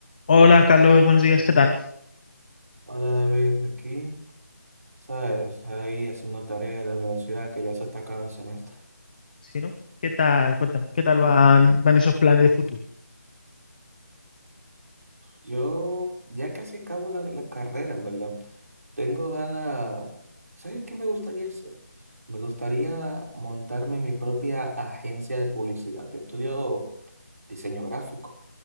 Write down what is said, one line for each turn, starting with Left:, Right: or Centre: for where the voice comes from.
Left: Hola Carlos, buenos días, ¿qué tal?
Right: Hola David, aquí, ¿sabes? Ahí haciendo tareas de la universidad que ya se está acabando el semestre.
Left: Sí, ¿no? ¿Qué tal? Cuéntame, ¿qué tal
Right: Ujú.
Left: van, van esos planes de futuro?
Right: Yo ya casi acabo la, la carrera, en verdad. Tengo ganas, ¿sabes qué me gustaría hacer? Me gustaría montarme mi propia agencia de publicidad. Yo estudio diseño gráfico.